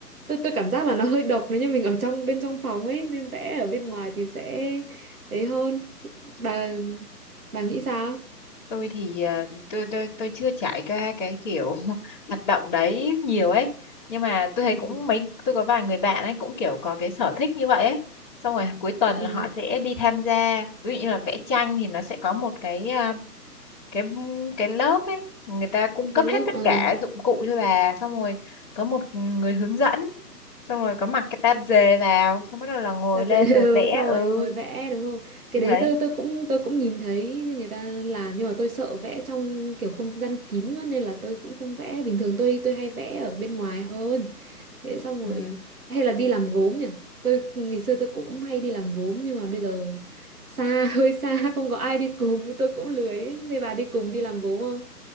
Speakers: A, on the right (about 60°); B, on the left (about 25°).
A: tôi tôi cảm giác là nó hơi độc nếu như mình ở trong bên trong phòng ấy nên vẽ ở bên ngoài thì sẽ ấy hơn bà bà nghĩ sao?
B: Tôi thì à, tôi tôi tôi chưa trải qua cái kiểu <laughs> hoạt động đấy nhiều ấy. Nhưng mà tôi thấy cũng
A: Ừ.
B: mấy tôi có vài người bạn ấy cũng kiểu có cái sở thích như vậy ấy. Xong rồi cuối tuần
A: Ờ,
B: là họ sẽ đi tham gia, ví dụ như là vẽ tranh thì nó sẽ có một cái à, cái cái lớp ấy người ta cung
A: cái
B: cấp
A: lớp
B: hết tất
A: ờ
B: cả dụng cụ cho bà xong rồi có một người hướng dẫn xong rồi có mặc cái tạp dề vào xong bắt đầu là ngồi
A: tập
B: lên
A: giấy
B: là
A: <laughs> ừ,
B: vẽ
A: xong
B: ừ
A: rồi ngồi vẽ đúng không cái đấy
B: thấy
A: tôi tôi cũng tôi cũng nhìn thấy người ta làm nhưng mà tôi sợ vẽ trong kiểu không gian kín quá nên là tôi cũng không vẽ bình thường tôi tôi hay vẽ ở bên ngoài hơn thế xong
B: ừ
A: rồi hay là đi làm gốm nhỉ tôi ngày xưa tôi cũng hay đi làm gốm nhưng mà bây giờ xa <laughs> hơi xa không có ai đi cùng tôi cũng lười ấy. thế bà đi cùng đi làm gốm không